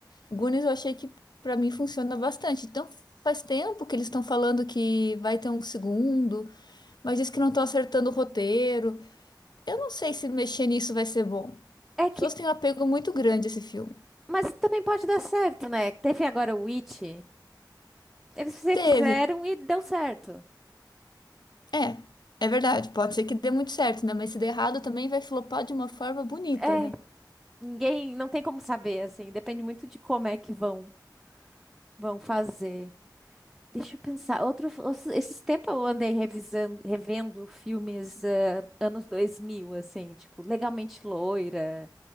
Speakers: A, on the left; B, in the centre.
A: Goonies eu achei que pra mim funciona bastante. Então faz tempo que eles estão falando que vai ter um segundo, mas diz que não estão acertando o roteiro. Eu não sei se mexer nisso vai ser bom.
B: É que,
A: As pessoas têm um apego muito grande a esse filme.
B: mas também pode dar certo, né? Teve agora o Witch. Eles fize-
A: Teve.
B: fizeram e deu certo.
A: É, é verdade. Pode ser que dê muito certo, né? Mas se der errado também vai flopar de uma forma bonita,
B: É,
A: né?
B: ninguém, não tem como saber, assim. Depende muito de como é que vão, vão fazer. Deixa eu pensar. Outro, outro- esses tempos eu andei revisando, revendo filmes ah, anos 2000, assim, tipo, Legalmente Loira,